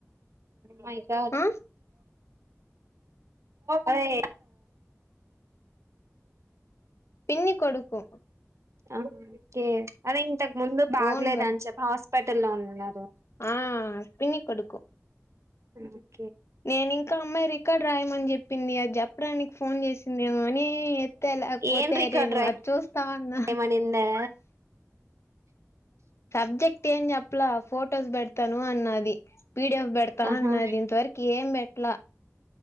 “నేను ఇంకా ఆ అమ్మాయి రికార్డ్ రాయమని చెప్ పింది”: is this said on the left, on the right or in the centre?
Left